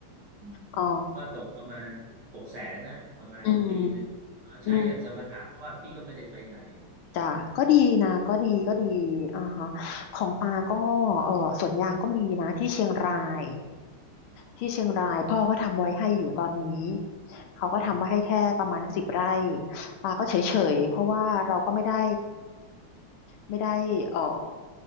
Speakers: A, on the right; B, on the left.
A: อืม
B: อ๋อ
A: ก็ตกประมาณหกแสนอ่ะประมาณปีหนึ่งก็ใช้อย่างสมถะเพราะว่าพี่ก็ไม่ได้ไปไหน
B: อืมอืมจ้ะก็ดีนะก็ดีก็ดีอ่าฮะของปาก็เออสวนยางก็มีนะที่เชียงราย ที่เชียงรายพ่อก็ทำไว้ให้อยู่ตอนนี้เขาก็ทำไว้ให้แค่ประมาณสิบไร่
A: อืม
B: ปาก็เฉยๆเพราะว่าเราก็ไม่ได้ไม่ได้เออ